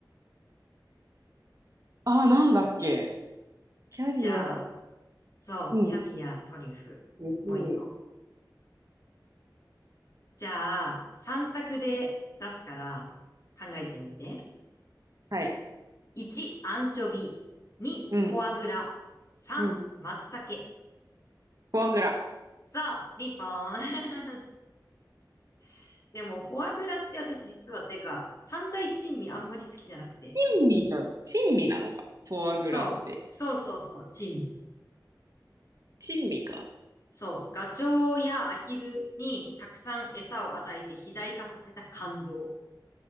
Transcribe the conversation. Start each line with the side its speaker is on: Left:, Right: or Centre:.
Right: ああ、なんだっけ。キャリア、
Left: じゃあ、そう、
Right: うん。
Left: キャビア、トリュフ、
Right: うん、
Left: もう一個。じゃあ、3択で出すから考えてみて。
Right: はい。
Left: 1、アンチョビ。2、
Right: うん、
Left: フォアグラ。3、
Right: うん。
Left: 松茸。
Right: フォアグラ。
Left: さあ、リンポーン。<laughs> でも、フォアグラって私実はっていうか、三大珍味あんまり好きじゃなくて。
Right: 珍味じゃ、珍味なのか。フォアグラって。
Left: そう。そうそうそう、珍味。
Right: 珍味か。
Left: そう。ガチョウやアヒルにたくさん餌を与えて肥大化させた肝臓